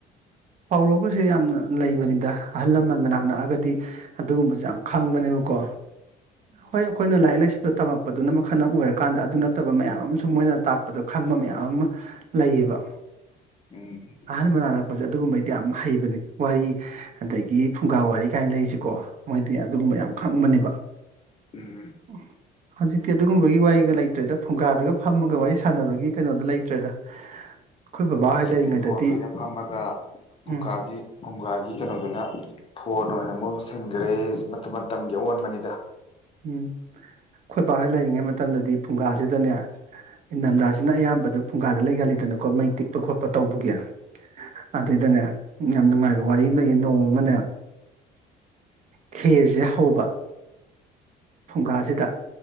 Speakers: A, on the right; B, on the left.
A: ꯄꯥꯎꯔꯒꯁꯦ ꯌꯥꯝꯅ ꯂꯩꯕꯅꯤꯗ ꯑꯍꯜ ꯂꯃꯟ ꯃꯅꯥꯛ ꯅꯛꯑꯒꯗꯤ ꯑꯗꯨꯒꯨꯝꯕꯁꯦ ꯌꯥꯝ ꯈꯪꯕꯅꯦꯕꯀꯣ ꯍꯣꯏ ꯑꯩꯈꯣꯏꯅ ꯂꯥꯏꯔꯤꯛ ꯂꯥꯏꯁꯨꯗ ꯇꯝꯃꯛꯄꯗꯨꯅ ꯃꯈꯜ ꯑꯣꯏꯔꯀꯥꯟꯗ ꯑꯗꯨ ꯅꯠꯇꯕ ꯃꯌꯥꯝ ꯑꯃꯁꯨ ꯃꯣꯏꯅ ꯇꯥꯛꯄꯗꯣ ꯈꯪꯕ ꯃꯌꯥꯝ ꯑꯃ ꯂꯩꯌꯦꯕ
B: ꯎꯝ
A: ꯑꯍꯃ ꯑꯗꯨꯒꯨꯝꯕꯩꯗꯤ ꯌꯥꯝ ꯍꯩꯕꯅꯤ ꯋꯥꯔꯤ ꯑꯗꯒꯤ ꯐꯨꯡꯒꯥ ꯋꯥꯔꯤ ꯀꯥꯏꯅ ꯂꯩꯔꯤꯁꯤꯀꯣ ꯃꯣꯏꯗꯤ ꯑꯗꯨꯒꯨꯝꯕ ꯌꯥꯝ ꯈꯪꯕꯅꯦꯕ
B: ꯎꯝ
A: ꯎ ꯍꯧꯖꯤꯛꯇꯤ ꯑꯗꯨꯒꯨꯝꯕꯒꯤ ꯋꯥꯔꯤꯒ ꯂꯩꯇ꯭ꯔꯦꯗ ꯐꯨꯡꯒꯥꯗꯒ ꯐꯝꯃꯒ ꯋꯥꯔꯤ ꯁꯥꯟꯅꯕꯒꯤ ꯀꯩꯅꯣꯗꯣ ꯂꯩꯇ꯭ꯔꯦꯗ ꯑꯩꯈꯣꯏ ꯕꯕꯥ
B: ꯍꯧꯖꯤꯛꯇꯤ
A: ꯍꯣꯏ ꯂꯩꯔꯤꯉꯩꯗꯗꯤ
B: ꯐꯣꯟꯗ ꯑ ꯑꯣꯏꯅ ꯐꯝꯃꯒ
A: ꯎꯝ
B: ꯎꯀꯥꯒꯤ ꯐꯨꯝꯒꯥꯒꯤ ꯀꯩꯅꯣꯗꯨꯅ ꯐꯣꯟ ꯑꯣꯏꯅ ꯃꯍꯨ ꯁꯤꯟꯈꯔꯦ ꯃꯇꯝ ꯃꯇꯝꯒꯤ ꯑꯑꯣꯟꯕꯅꯤꯗ
A: ꯎꯝ ꯈꯣꯏ ꯕꯣꯏ ꯂꯦ ꯍꯪꯉꯩ ꯃꯇꯝꯗꯗꯤ ꯐꯨꯡꯒꯥꯁꯤꯗꯅꯦ ꯏꯊꯝꯊꯥꯁꯤꯅ ꯑꯌꯥꯝꯕꯗ ꯐꯨꯡꯒꯥꯗ ꯂꯩꯒꯜꯂꯤꯗꯅꯀꯣ ꯃꯩ ꯇꯤꯛꯄ ꯈꯣꯠꯄ ꯇꯧꯕꯒꯤ ꯑꯗꯨꯏꯗꯅꯦ ꯌꯥꯝ ꯅꯨꯡꯉꯥꯏꯕ ꯋꯥꯔꯤ ꯑꯃ ꯂꯩꯌꯦ ꯅꯣꯡꯃꯅꯦ ꯈꯦꯔꯁꯦ ꯍꯧꯕ ꯐꯨꯡꯒꯥꯁꯤꯗ